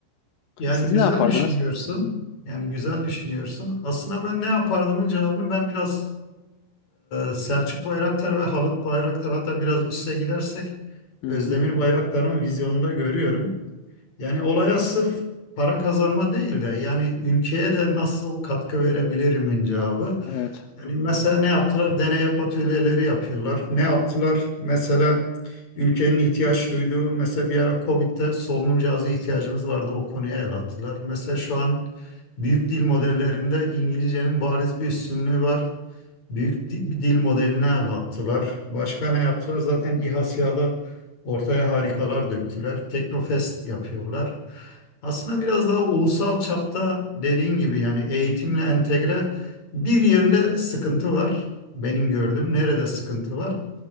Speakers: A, on the left; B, on the left.
A: Yani
B: Siz
A: güzel
B: ne yapardınız?
A: düşünüyorsun. Yani güzel düşünüyorsun. Aslında ben ne yapardımın cevabını ben biraz e, Selçuk Bayraktar ve Halit Bayraktar hatta biraz üste gidersek
B: Hı
A: Özdemir
B: hı,
A: Bayraktar'ın vizyonunda görüyorum. Yani olaya sırf para kazanma değil de yani ülkeye de nasıl katkı verebilirimin cevabı.
B: evet.
A: Yani mesela ne yaptılar? Deney atölyeleri yapıyorlar. Ne yaptılar? Mesela ülkenin ihtiyaç duyduğu, mesela bir ara Covid'de solunum cihazı ihtiyacımız vardı. O konuya el attılar. Mesela şu an büyük dil modellerinde İngilizcenin bariz bir üstünlüğü var. Büyük di- bir dil modeline el attılar. Başka ne yaptılar? Zaten İHA SİHA'da ortaya harikalar döktüler. Teknofest yapıyorlar. Aslında biraz daha ulusal çapta dediğin gibi yani eğitimle entegre bir yerinde sıkıntı var. Benim gördüğüm nerede sıkıntı var?